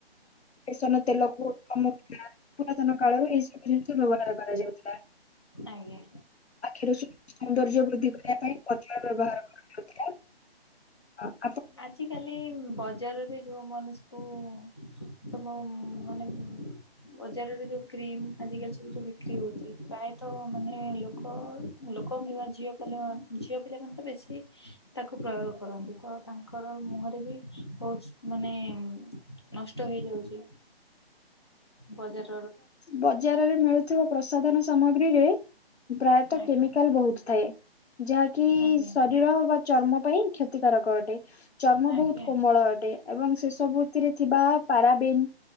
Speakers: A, on the left; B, on the left.
A: ବେସନ ତେଲକୁ <unintelligible> ପୁରାତନ କାଳରେ ଏ ଜିନିଷ ବ୍ୟବହାର କରାଯାଉଥିଲା।
B: ଆଜ୍ଞା।
A: ଆଖିରୁ ସୌନ୍ଦର୍ଯ୍ୟ ବୃଦ୍ଧି କରିବା ପାଇଁ <unintelligible> ବ୍ୟବହାର କରାଯାଉଥିଲା। ହଁ।
B: ଆଜି କାଲି ଵ <unintelligible> ଯୋଉ ମଣିଷକୁ <unintelligible> ବଜାରରେ ଯୋଉ କ୍ରିମ୍ ଆଜିକାଲି ସବୁ ଯୋଉ ବିକ୍ରି ହଉଚି ପ୍ରାୟତଃ ମାନେ ଲୋକ ଲୋକ କିମ୍ୱା ଝିଅ <unintelligible> ଝିଅ ପିଲାମାନେ ତ ବେଶୀ ତାକୁ ପ୍ରୟୋଗ କରନ୍ତି ତ ତା ତାଙ୍କର ମୁହଁରେ ବି ବହୁତ୍ ମାନେ ନଷ୍ଟ ହେଇଯାଉଚି। ବଜାର
A: ବଜାରରେ ମିଳୁଥିବା ପ୍ରସାଧନ ସାମଗ୍ରୀରେ ପ୍ରାୟତଃ
B: ଆଜ୍ଞା
A: କେମିକାଲ୍ ବହୁତ୍ ଥାଏ ଯାହାକି
B: ଆଜ୍ଞା
A: ଶରୀର ବା ଚର୍ମ ପାଇଁ କ୍ଷତିକାରକ ଅଟେ ଚର୍ମ
B: ଆଜ୍ଞା
A: ବହୁତ କୋମଳ ଅଟେ। ଏବଂ ସେ ସବୁଥିରେ ଥିବା ପାରାବିନ୍